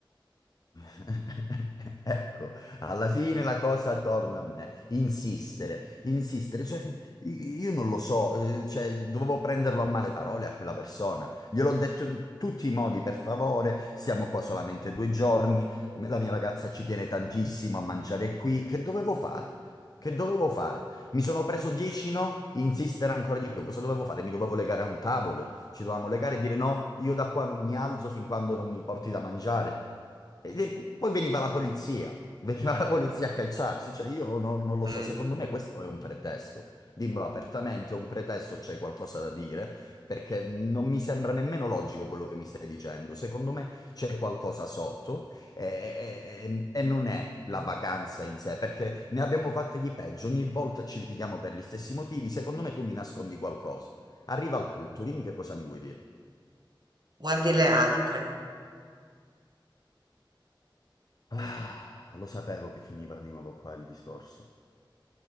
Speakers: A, on the left; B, on the right.
A: <laughs> Ecco, alla fine la cosa torna a me, insistere, insistere, cioè io non lo so, eh, cioè, dovevo prenderlo a male parole a quella persona, gliel'ho detto in tutti i modi, per favore, siamo qua solamente due giorni, la mia ragazza ci tiene tantissimo a mangiare qui, che dovevo fare? Che dovevo fare? Mi sono preso 10 no, insistere ancora di più, cosa dovevo fare? Mi dovevo legare a un tavolo, ci dovevamo legare e dire no, io da qua non mi alzo fin quando non mi porti da mangiare. E- e poi veniva la polizia, veniva la polizia a cacciarci, cioè io non, non lo
B: Mm,
A: so, secondo me questo è un pretesto, dimmelo apertamente, è un pretesto, c'è qualcosa da dire, perché non mi sembra nemmeno logico quello che mi stai dicendo, secondo me c'è qualcosa sotto e, e- e non è la vacanza in sé, perché ne abbiamo fatte di peggio, ogni volta ci litighiamo per gli stessi motivi, secondo me tu mi nascondi qualcosa. Arriva al punto, dimmi che cosa mi vuoi dire.
B: Guardi le altre.
A: Ah, lo sapevo che finiva di nuovo qua il discorso.